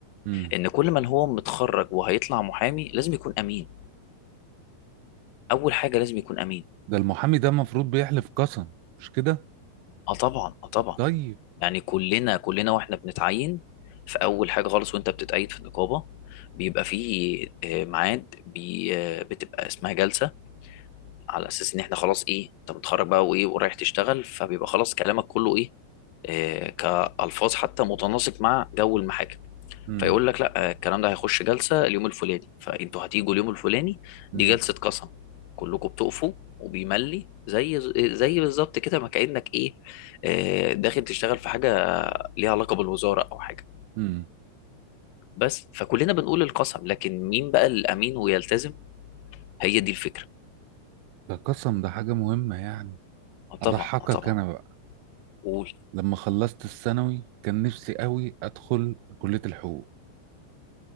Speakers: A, on the right; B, on the left.
A: امم
B: إن كل من هو متخرج وهيطلع محامي لازم يكون أمين أول حاجة لازم يكون أمين
A: ده المحامي ده المفروض بيحلف قسم مش كده
B: اه طبعا اه طبعا
A: طيب
B: يعني كلنا كلنا واحنا بنتعين في اول حاجه خالص وانت بتتقيد في النقابه بيبقى فيه آه، ميعاد بي آه، بتبقى اسمها جلسه على اساس ان احنا خلاص ايه انت متخرج بقى وايه ورايح تشتغل فبيبقى خلاص كلامك كله ايه آه، كألفاظ حتى متناسق مع جو المحاكم
A: امم
B: فيقول لك لا آه، الكلام ده هيخش جلسة اليوم الفلاني فانتوا هتيجوا اليوم الفلاني
A: امم
B: دي جلسة قسم كلكم بتقفوا وبيملي زي زي بالظبط كده ما كأنك ايه آه، داخل تشتغل في حاجة ليها علاقة بالوزارة او حاجة
A: امم
B: بس فكلنا بنقول القسم لكن مين بقى الامين ويلتزم هي دي الفكرة
A: ده قسم ده حاجة مهمة يعني
B: آه، طبعا
A: اضحكك
B: آه، طبعا
A: انا بقى
B: قول
A: لما خلصت الثانوي كان نفسي قوي ادخل كلية الحقوق